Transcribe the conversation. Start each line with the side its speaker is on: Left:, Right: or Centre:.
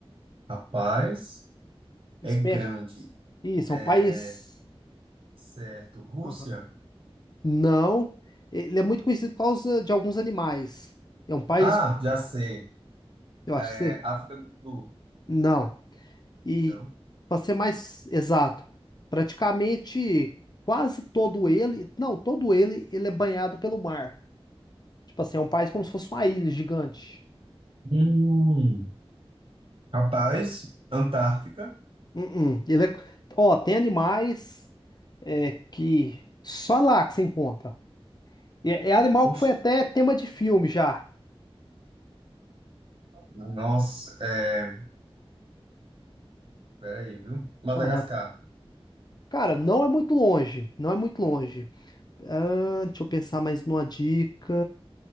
Right: Rapaz, é
Left: Espécie.
Right: grande.
Left: Isso,
Right: É,
Left: é um país.
Right: Certo. Rússia?
Left: Aham. Não, ele é muito conhecido por causa de alguns animais. É um país,
Right: Ah, já sei.
Left: eu acho
Right: É,
Left: que você.
Right: África do Sul.
Left: Não. E
Right: Não.
Left: para ser mais exato, praticamente quase todo ele, não, todo ele, ele é banhado pelo mar. Tipo assim, é um país como se fosse uma ilha gigante.
Right: Hum, Rapaz, Antártica.
Left: Uh-uh. Ele é... Ó, tem animais é, que só lá que se encontra. E É, é animal
Right: Oxe,
Left: que foi até tema de filme já.
Right: nossa, é, peraí, viu? Madagascar.
Left: Aham. Cara, não é muito longe. Não é muito longe. Ah, deixa eu pensar mais numa dica.